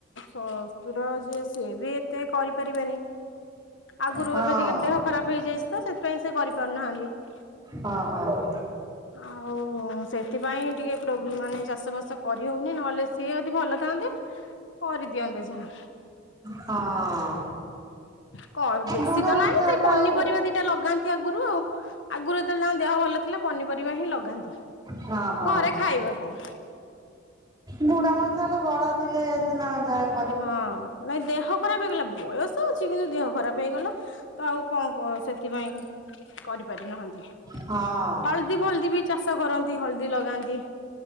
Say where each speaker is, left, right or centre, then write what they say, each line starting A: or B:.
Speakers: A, on the left; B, on the right.
A: ଶସ୍ତୁର ଯେ ସେ ବି ଏତେ କରିପାରିବେନି ଆଗରୁ
B: ହଁ ହଁ
A: ଏବେ ଟି କେ ଦେହ ଖରାପ ହେଇଯାଇଛି ତ ସେଥିପାଇଁ ସେ କରିପାରୁନାହାନ୍ତି
B: ହଁ ହଁ
A: ଆଉ ସେଥିପାଇଁ ଟିକେ ମାନେ ଚାଷ ବାସ କରି ହଉନି ନହେଲେ ସିଏ ଯଦି ଭଲ ଥାନ୍ତେ କରିଦିଅନ୍ତେ ଯାହା
B: ହଁ ହଁ
A: କ ବେଶୀ
B: ବୁଢା
A: ତ
B: ମଣିଷ
A: ନାହିଁ
B: ହେଲେ
A: ସେଇ ପନିପରିବା
B: ଆଉ
A: ଦିଟା ଲଗାନ୍ତି ଆଗରୁ ଆଉ ଆଗରୁଯେ ତେ ବେ ଳେ ତାଙ୍କ ଦେହ ଭଲ ପନିପରିବା ହିଁ ଲଗାନ୍ତି
B: ହଁ ହଁ
A: ଘରେ ଖାଇବା କଣ
B: ବୁଢା ମଣି ଷ ହେଲେ ବ ଳ ଥିଲେ ସେିନା ଯାକ
A: ହଁ ନାଇଁ ଦେହ ଖରାପ ହେଇଗଲା ବୟସ ଅଛି କିନ୍ତୁ ଦେହ ଖରାପ ହେଇଗଲା ତ ଆଉ କଣ ସେଥିପାଇଁ କରିପାରିନାହାନ୍ତି
B: ହଁ
A: ହଳଦୀ ଫଲଦି ବି ଚାଷ କରନ୍ତି ହଳଦୀ ଲଗାନ୍ତି